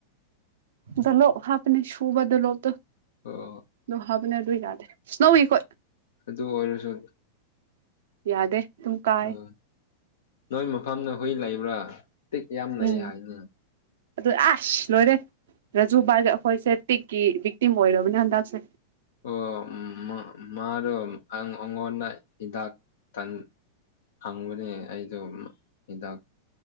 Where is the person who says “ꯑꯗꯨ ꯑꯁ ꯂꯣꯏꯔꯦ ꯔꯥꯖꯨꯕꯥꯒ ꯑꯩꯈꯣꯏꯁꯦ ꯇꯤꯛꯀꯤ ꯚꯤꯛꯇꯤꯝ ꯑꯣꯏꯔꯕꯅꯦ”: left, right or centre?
Right